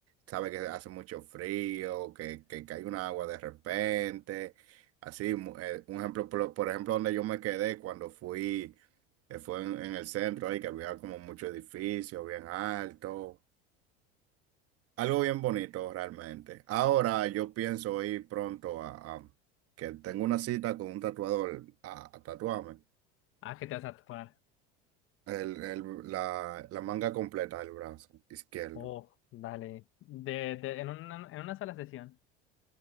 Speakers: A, on the right; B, on the left.
A: Sabe que hace mucho frío, que, que cae un agua de repente. Así, mu- eh, un ejemplo, por, por ejemplo, donde yo me quedé cuando fui, eh, fue en, en el centro ahí, que había como muchos edificios bien altos. Algo bien bonito realmente. Ahora yo pienso ir pronto a, a- que tengo una cita con un tatuador a, a tatuarme
B: Ah, que te vas a topar.
A: el- el- la, la manga completa del brazo izquierdo.
B: Oh, dale. De, de, en una, en una sola sesión.